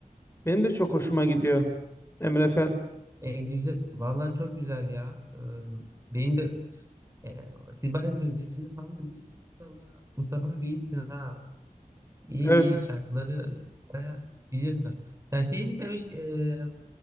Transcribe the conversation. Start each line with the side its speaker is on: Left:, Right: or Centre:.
Left: Benim de çok hoşuma gidiyor Emre Fel.
Right: E, güzel. Vallahi çok güzel ya. Ee, benim de e, siz bayağı sözlerini falan da biliyorsunuz. Valla Mustafa abi iyisin ha. İyi
Left: Evet.
Right: iyi şarkıları bayağı biliyorsun. Ya şey diyeceğim hiç, e,